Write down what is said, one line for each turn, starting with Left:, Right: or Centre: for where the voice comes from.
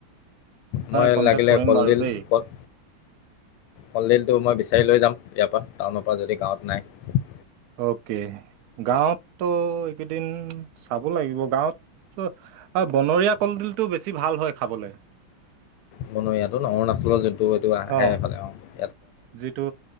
Left: মই
Right: কন্টেক্ট
Left: লাগিলে
Right: কৰিম
Left: কলডিল
Right: বাৰু দেই
Left: কত? কলডিলটো মই বিচাৰি লৈ যাম ইয়াৰ পৰা টাউনৰ পৰা যদি গাঁৱত নাই
Right: অকে গাঁৱতো এইকেইদিন চাব লাগিব গাঁৱত বনৰীয়া কলডিলটো বেছি ভাল হয় খাবলৈ
Left: বনৰিয়াটো অৰুণাচলৰ জোনটো এইটো আহে
Right: অ
Left: মানে অহ।
Right: যিটো